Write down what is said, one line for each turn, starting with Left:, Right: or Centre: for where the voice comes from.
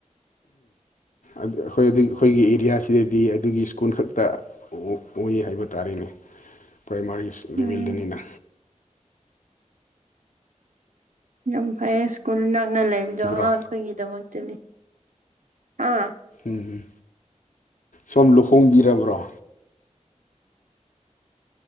Left: ꯑꯠ ꯑꯩꯈꯣꯏ ꯑꯗꯨ ꯑꯩꯈꯣꯏꯒꯤ ꯑꯦꯔꯤꯌꯥꯁꯤꯗꯗꯤ ꯑꯗꯨꯒꯤ ꯁ꯭ꯀꯨꯜ ꯈꯛꯇ ꯑꯣꯏ ꯍꯥꯏꯕ ꯇꯥꯔꯦꯅꯦ ꯄ꯭ꯔꯥꯏꯃꯥꯔꯤꯁ
Right: ꯎꯝ
Left: ꯂꯦꯚꯦꯜꯗꯅꯤꯅ
Right: ꯌꯥꯝ ꯐꯩꯌꯦ ꯁ꯭ꯀꯨꯜ ꯅꯛꯅ ꯂꯩꯕꯗꯣ
Left: ꯕ꯭ꯔꯣ
Right: ꯑꯉꯥꯡ ꯈꯩꯒꯤꯗꯃꯛꯇꯗꯤ ꯑꯥ
Left: ꯎꯝ ꯁꯣꯝ ꯂꯨꯍꯣꯡꯕꯤꯔꯕ꯭ꯔꯣ